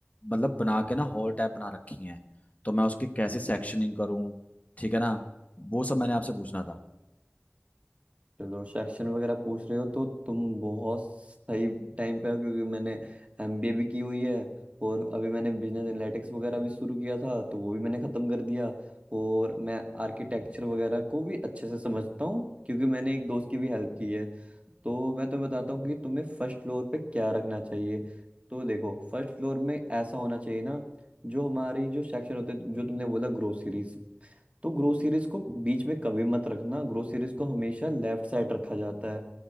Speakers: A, on the left (about 35°); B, on the right (about 30°).
A: मतलब बना के ना हॉल टाइप बना रखी हैं तो मैं उसकी कैसे सेक्शनिंग करूँ ठीक है ना वो सब मैंने आपसे पूछना था
B: चलो सेक्शन वगैरह पूछ रहे हो तो तुम बहुत सही टाइम पे हो क्योंकि मैंने एमबीए भी की हुई है और अभी मैंने बिजनेस एनालिटिक्स वगैरह भी शुरू किया था तो वो भी मैंने ख़त्म कर दिया और मैं आर्किटेक्चर वगैरह को भी अच्छे से समझता हूँ क्योंकि मैंने एक दोस्त की भी हेल्प की है तो मैं तुम्हें बताता हूँ कि तुम्हें फर्स्ट फ्लोर पे क्या रखना चाहिए तो देखो फर्स्ट फ्लोर में ऐसा होना चाहिए ना जो हमारी जो सेक्शन होते जो तुमने बोला ग्रोसरीज तो ग्रो सीरीज को बीच में कभी मत रखना ग्रो सीरीज को हमेशा लेफ्ट साइड रखा जाता है